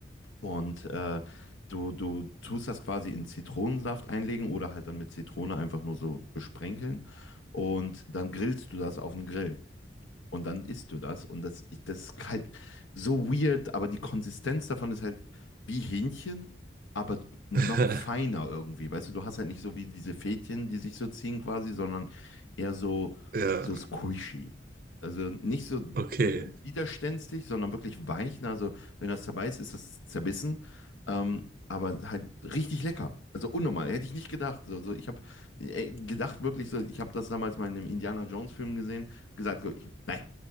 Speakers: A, on the left; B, on the right.
A: und äh, du, du tust das quasi in Zitronensaft einlegen oder halt dann mit Zitrone einfach nur so besprenkeln. Und dann grillst du das auf dem Grill. Und dann isst du das. Und das, das ist halt so weird, aber die Konsistenz davon ist halt wie Hähnchen, aber noch
B: <laughs>
A: feiner irgendwie. Weißt du, du hast halt nicht so wie diese Fädchen, die sich so ziehen quasi, sondern eher so,
B: Ja,
A: so squishy. Also nicht so
B: okay.
A: widerständig, sondern wirklich weich. Na, Also wenn das zerbeißt, ist das zerbissen. Ähm, aber halt richtig lecker. Also unnormal, hätte ich nicht gedacht. Also ich habe äh, gedacht wirklich so, ich habe das damals mal in einem Indiana Jones Film gesehen gesagt, so, ich, nein,